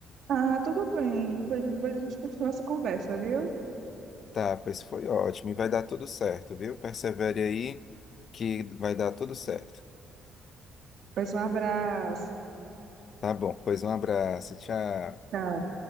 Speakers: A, on the right (about 65°); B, on the left (about 55°).
A: Ah, tudo bem. Pois depois a gente continua essa conversa, viu?
B: Tá, pois foi ótimo. E vai dar tudo certo, viu? Persevere aí que vai dar tudo certo.
A: Pois um abraço.
B: Tá bom, pois um abraço, tchau.
A: Tchau.